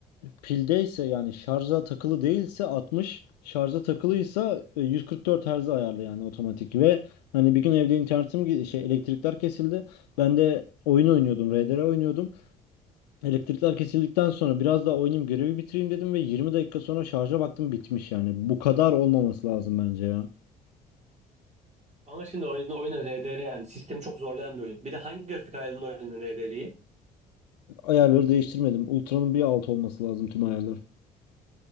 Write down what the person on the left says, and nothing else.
pildeyse yani şarja takılı değilse 60, şarja takılıysa e, 144 Hz ayarlı yani otomatik ve hani bir gün evde internetim gi- şey elektrikler kesildi. Ben de oyun oynuyordum, RDR oynuyordum. Elektrikler kesildikten sonra biraz daha oynayayım, görevi bitireyim dedim ve 20 dakika sonra şarja baktım bitmiş yani. Bu kadar olmaması lazım bence ya.
Ayarları değiştirmedim. Ultra'nın bir altı olması lazım tüm ayarlar.